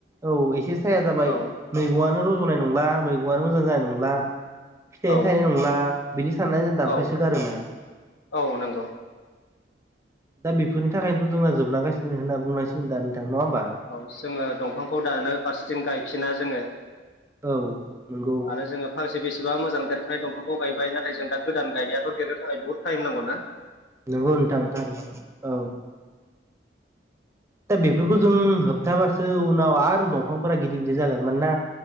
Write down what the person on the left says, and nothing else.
औ
औ
औ
औ नंगौ
औ जोङो दंफांखौ दानो फारसेथिं गायफिना जोङो
आरो जोङो फांसे बेसेबा मोजां देर बे दंफांखौ गायबाय नाथाय जों दादान गायनायाथ' देरनो थाखाय बुहुद टाइम नांगौ ना।